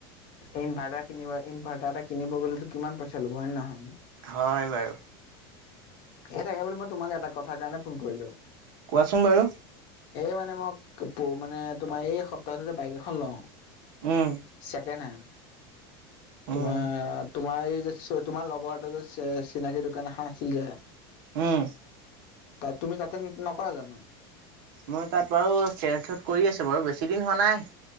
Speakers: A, on the left (about 45°); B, on the right (about 60°).
A: ইনভাৰ্টাৰ কিনিব ইনভাৰ্টাৰ এটা কিনিব গ'লেতো কিমান পইচা ল'ব হয় নে নহয়?
B: হয় বাৰু।
A: সেই তাকে বুলি মই তোমাক এটা কথাৰ কাৰণে ফোন কৰিলো।
B: কোৱাচোন বাৰু।
A: এই মানে মই মানে তোমাৰ এই সপ্তাহটোতে বাইক এখন লওঁ।
B: উম।
A: ছেকেণ্ড হেণ্ড,
B: উম
A: তোমাৰ তোমাৰ এই যে তোমাৰ লগৰ এটা যে চি-চিনাকি দোকান এখন আছিল যে
B: উম।
A: তাত তুমি তাতে নকৰা জানো?
B: মই তাত বাৰু চেলচত কৰি আছোঁ বাৰু, বেছি দিন হোৱা নাই।